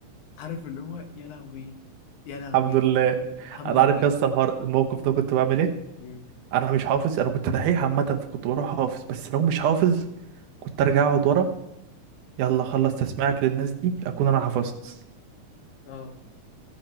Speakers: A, on the left; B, on the right.
A: عارف اللي هو يا لهوي يا لهوي
B: الحمد لله
A: الحمد
B: انا
A: لله
B: عارف يا اسطى الحوار الموقف ده كنت بعمل ايه
A: مم.
B: انا مش حافظ انا كنت دحيح عامة فكنت بروح حافظ بس لو مش حافظ كنت ارجع اقعد ورا يلا
A: مم.
B: خلص تسميعك للناس دي اكون انا حفظت
A: اه